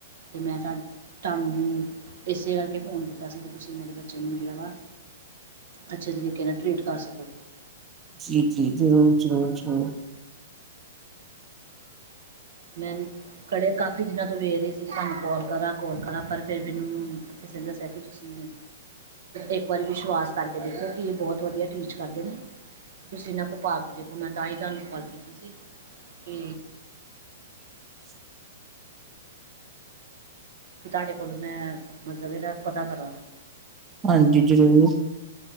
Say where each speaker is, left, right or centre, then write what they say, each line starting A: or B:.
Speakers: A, on the right; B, on the right.
A: ਤੇ ਮੈਂ ਤੁਹਾਡੇ ਤੁਹਾਨੂੰ ਇਸੇ ਕਰਕੇ ਫੋਨ ਕੀਤਾ ਸੀ ਕਿ ਤੁਸੀਂ ਮੇਰੇ ਬੱਚੇ ਨੂੰ ਜਿਹੜਾ ਵਾ ਅੱਛੇ ਤਰੀਕੇ ਨਾਲ ਟ੍ਰਰੀਟ ਕਰ ਸਕੋ।
B: ਜੀ ਜੀ ਜ਼ਰੂਰ ਜ਼ਰੂਰ ਜ਼ਰੂਰ।
A: ਮੈ ਕਿਹੜੇ ਕਾਫੀ ਦਿਨਾਂ ਤੋਂ ਵੇਖ ਰਹੇ ਸੀ ਕਿ ਤੁਹਾਨੂੰ ਕੋਲ ਕਰਾ ਕੋਲ ਕਰਾ ਪਰ ਫਿਰ ਮੈਨੂੰ ਕਿਸੇ ਨੇ ਦੱਸਿਆ ਤੁਸੀ ਇੱਕ ਵਾਰੀ ਵਿਸ਼ਵਾਸ ਕਰਕੇ ਦੇਖੋ ਕੀ ਬਹੁਤ ਵਧੀਆ ਟੀਚ ਕਰਦੇ ਨੇ। ਤੇ ਤੁਸੀਂ ਇਹਨਾਂ ਕੋਲ ਪਾ ਕੇ ਦੇਖੋ ਮੈਂ ਤਾਂ ਹੀ ਤੁਹਾਨੂੰ ਕਾਲ ਕੀਤੀ ਸੀ ਕਿ
B: <unintelligible>
A: ਕਿ ਤੁਹਾਡੇ ਕੋਲ ਮੈਂ ਮਤਲਬ ਇਹਦਾ ਪਤਾ ਕਰਾਂ।
B: ਹਾਂਜੀ ਜ਼ਰੂਰ